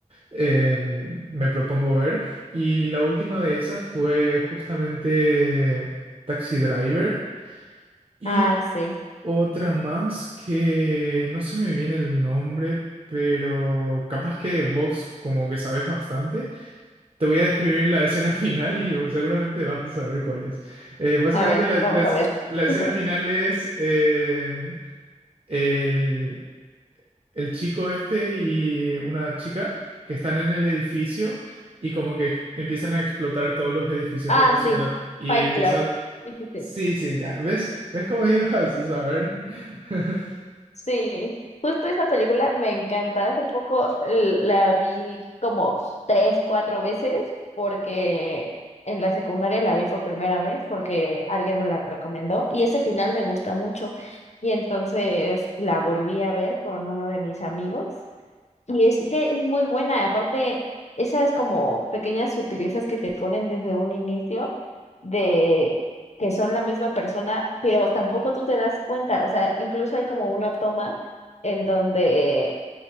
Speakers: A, on the right (about 45°); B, on the left (about 55°).
A: eh, me propongo ver. Y la última de esas fue justamente Taxi Driver y
B: Ah, sí.
A: otra más que no se me viene el nombre, pero capaz que vos como que sabes bastante. Te voy a describir la escena final y vos seguramente vas a saber cuál es. Eh, básicamente
B: A ver,
A: la,
B: vamos
A: la es-
B: a ver.
A: la escena
B: <laughs>
A: final es eh, el, el chico este y una chica que están en el edificio y como que empiezan a explotar todos los edificios
B: Ah,
A: de la
B: sí.
A: ciudad y
B: Fight
A: empieza...
B: Club. <laughs> Sí, sí, sí.
A: Sí, sí, ya. ¿Ves? ¿Ves cómo ibas a saber? <laughs>
B: Sí, justo esa película me encanta. Hace poco l- la vi como tres, cuatro veces porque en la secundaria la vi por primera vez porque alguien me la recomendó y ese final me gusta mucho. Y entonces la volví a ver con uno de mis amigos Y es que es muy buena, aparte, esas como pequeñas sutilezas que te ponen desde un inicio de que son la misma persona, pero tampoco tú te das cuenta, o sea, incluso hay como una toma en donde